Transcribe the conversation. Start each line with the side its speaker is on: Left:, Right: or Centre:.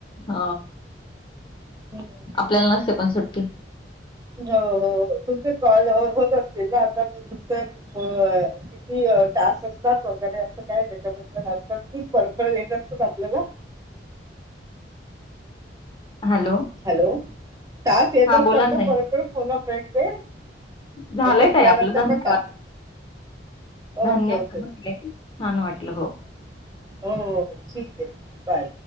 Left: हो
Right: हम्म
Left: आपल्याला नसते पण सुट्टी.
Right: हो हो तुमचे कॉल होत असतील ना. तुमचं अ किती अ टास्क असतात, वगैरे असं काही रेकमेंडत अस आपली कर्तव्य येत असतात आपल्याला.
Left: Hello,
Right: hello. टास्क येत
Left: हां,
Right: असतात
Left: बोला ना
Right: का,
Left: ताई.
Right: परत परत फोन अ फ्रंडचे? हे
Left: झालंय
Right: संपल्यानंतर
Left: ताई आपलं धन्यवाद.
Right: पण टास्क
Left: धन्यवाद
Right: ओके ओके.
Left: म्हटले. छान वाटलं हो.
Right: हो हो ठीक आहे बाय.